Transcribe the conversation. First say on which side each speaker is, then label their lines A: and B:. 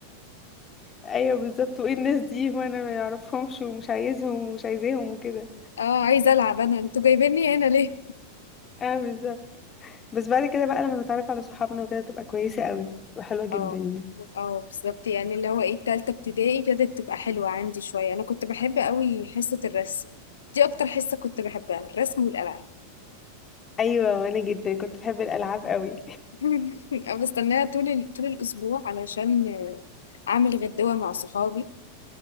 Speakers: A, on the left; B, on the left.
A: ايوه بالظبط وايه الناس دي وانا ما يعرفهمش ومش عايزهم ومش عايزاهم وكده
B: اه عايزه العب انا انتوا جايبيني هنا ليه
A: اه بالظبط بس بعد كده بقى لما بتعرف على صحابنا وكده تبقى كويسه قوي وحلوه جدا
B: اه
A: يعني
B: اه بالظبط يعني اللي هو ايه التالتة ابتدائي بدأت تبقى حلوة عندي شوية انا كنت بحب قوي حصة الرسم دي اكتر حصة كنت بحبها الرسم والالعاب
A: ايوه وانا جدا كنت بحب الالعاب قوي
B: <laughs> بستناها طول ال... طول الاسبوع علشان اعمل غدوة مع صحابي